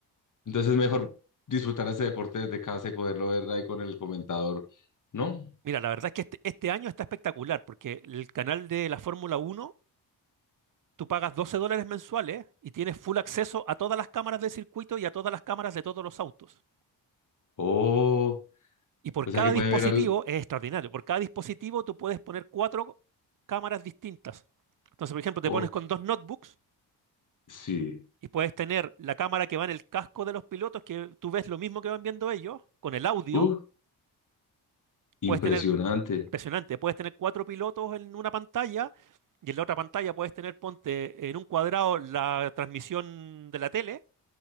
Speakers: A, on the left; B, on the right.
A: Entonces es mejor disfrutar ese deporte desde casa y poderlo ver ahí con el comentador, ¿no?
B: Mira, la verdad es que este, este año está espectacular porque el canal de la Fórmula Uno, tú pagas 12 dólares mensuales y tienes full acceso a todas las cámaras del circuito y a todas las cámaras de todos los autos.
A: Oh,
B: Y por
A: o
B: cada
A: sea que
B: dispositivo,
A: puede ver al...
B: es extraordinario, por cada dispositivo tú puedes poner cuatro cámaras distintas. Entonces, por ejemplo, te
A: ok,
B: pones con dos notebooks
A: sí.
B: Y puedes tener la cámara que va en el casco de los pilotos, que tú ves lo mismo que van viendo ellos, con el audio.
A: Uh, impresionante.
B: Puedes tener, impresionante, puedes tener cuatro pilotos en una pantalla y en la otra pantalla puedes tener, ponte en un cuadrado la transmisión de la tele,